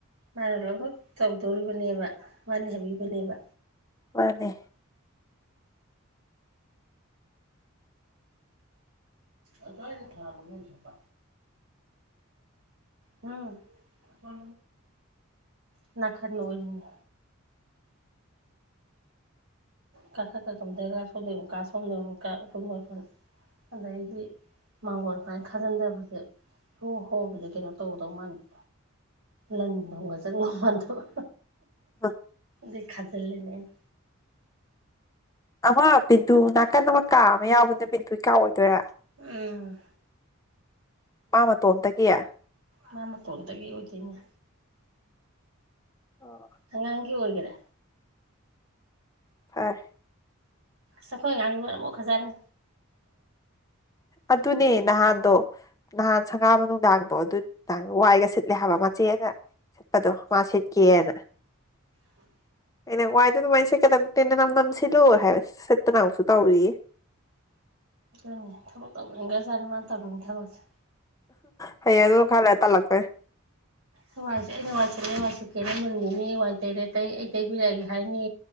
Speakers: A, on the right (about 80°); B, on the left (about 15°).
A: ꯃꯥꯅ ꯂꯣꯏꯅꯅꯃꯛ ꯇꯧꯗꯣꯔꯤꯕꯅꯦꯕ ꯋꯥꯅꯤ ꯍꯥꯏꯕꯤꯕꯅꯦꯕ
B: ꯐꯅꯦꯦ
A: ꯑ ꯇꯏꯗꯤ ꯊꯥꯔꯃꯦ ꯁꯄ ꯎꯝ ꯆ ꯅꯅꯥ ꯈꯔ ꯅ ꯑꯣꯏ ꯀ ꯀꯥ ꯀꯥ ꯀꯝꯗꯒ ꯁꯣꯗꯀ ꯁꯣꯝꯅꯀ ꯎꯃꯈ ꯑꯗꯩꯗꯤ ꯃꯥꯡꯒꯣꯟ ꯁꯨꯃꯥꯏꯅ ꯈꯥꯖꯤꯟꯗꯕꯁꯦ ꯍꯣ ꯍꯣꯕꯨꯖꯤꯛ ꯀꯩꯅꯣ ꯇꯧꯒꯗꯧ ꯃꯥꯟꯗ ꯂꯟ ꯊꯨꯝꯒ ꯆꯪꯉꯧ ꯃꯥꯟꯗꯕ
B: ꯑ
A: ꯗ ꯈ ꯆꯂꯅꯦꯅ
B: ꯑꯃ ꯕꯤꯟꯗꯨ ꯅꯥꯀꯟ ꯑꯃ ꯀꯥ ꯑꯃ ꯌꯥꯎꯕꯅ ꯕꯤꯟꯗꯨ ꯀꯥꯎꯑꯣꯏꯗꯣꯏꯔꯥ
A: ꯎꯝ
B: ꯃꯥ ꯃꯇꯣꯝꯇ ꯀꯌꯥ
A: ꯃꯥ ꯃꯇꯣꯟꯗꯒꯤ ꯑꯣꯏꯗꯣꯏꯅꯦ
B: ꯑꯣ
A: ꯍꯪꯪꯤ ꯍꯒꯗꯦ
B: ꯐꯔ
A: ꯁꯈꯣꯏ ꯉꯥꯡ ꯃꯔꯅ ꯍꯖꯥꯔꯦ
B: ꯑꯗꯨꯅꯦ ꯅꯍꯥꯟꯗꯣ ꯅꯍꯥꯟ ꯁꯪꯒꯥꯕ ꯅꯨꯡꯗꯥꯡꯗꯣ ꯑꯗꯨ ꯅꯨꯡꯗꯥꯡ ꯋꯥꯏꯒ ꯁꯤꯠꯂꯦ ꯍꯥꯏꯕ ꯃꯆꯦꯅ ꯆꯠꯄꯗꯣ ꯃꯥ ꯁꯤꯠꯀꯦꯅ
A: ꯍꯣꯏ
B: ꯑꯩꯅ ꯋꯥꯏꯗ ꯑꯗꯨꯃꯥꯏꯅ ꯁꯦ ꯇꯟꯅ ꯅ ꯅꯝꯁꯤꯜꯂꯣ ꯍꯥꯏꯕ ꯁꯤꯠꯇꯨꯅ ꯑꯃꯨꯛꯁꯨ ꯇꯧꯔꯤꯌꯦ
A: ꯅꯦ ꯊꯕꯛ ꯇꯧꯅꯤꯡ ꯈ꯭ꯔ ꯆꯥꯠꯅꯤ ꯃꯥ ꯇꯧꯅꯤꯡꯅꯤ ꯊꯕꯛꯁꯦ
B: ꯍꯌꯦ ꯑꯗꯨ ꯈꯔ ꯂꯩꯔ ꯇꯜꯂꯛꯇꯣꯏꯅꯦ
A: ꯍ ꯑꯩꯅ ꯋꯥ ꯋꯥ ꯀꯩꯅꯣ ꯃꯨꯟꯈꯤꯅꯤ ꯋꯥꯏ ꯇꯩꯔꯦ ꯇꯩ ꯑꯩ ꯇꯩꯕꯤꯔꯛꯑꯒꯦ ꯍꯥꯏꯅꯤ